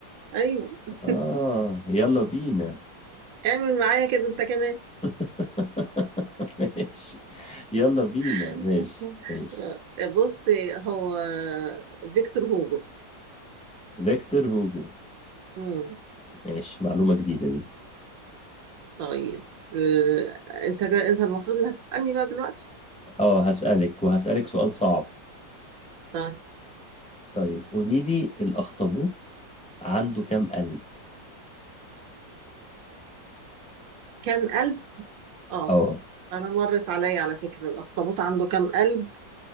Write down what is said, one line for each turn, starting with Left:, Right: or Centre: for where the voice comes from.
Right: أيوة <laughs>
Centre: اه يلا بينا
Right: اعمل معايا كده أنت كمان
Centre: <laughs> ماشي يلا بينا
Right: <laughs>
Centre: ماشي ماشي
Right: آه، بص هو فيكتور هوجو
Centre: فيكتور هوجو
Right: مم.
Centre: ماشي معلومه جديده دي
Right: طيب آه أنت أنت المفروض اللي هتسألني بقى دلوقتي
Centre: اه هسالك وهسالك سؤال صعب
Right: طيب
Centre: طيب قولي لي الاخطبوط عنده كام قلب
Right: كام قلب؟ أه
Centre: اه
Right: أنا مرت عليا على فكرة الأخطبوط عنده كام قلب؟